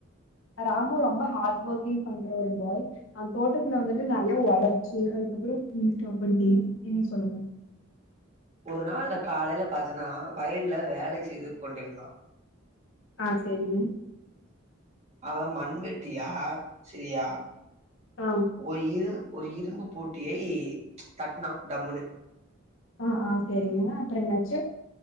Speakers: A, on the left; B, on the right.
A: ராமு ரொம்ப ஹாட் ஒர்க்கிங் பண்ற ஒரு பாய் அந் தோட்டத்துல வந்துட்டு நறையா ஒழச்சு அதுக்கப்புறோ நீங் ஸ்டாப் பண்டீங்க இனி சொல்லுங்க
B: ஒரு நாள்ல காலைல பாத்தனா வயல்ல வேலை செய்து கொண்டிருந்தா
A: ஆ செரிங்க
B: அவ மண்வெட்டியா சிறியா
A: ஆ
B: ஒரு இரும் ஒரு இரும்பு பட்டியை தட்னா டம்முனு
A: ஆ ஆ செரிங்க அப்பற என்னாச்சு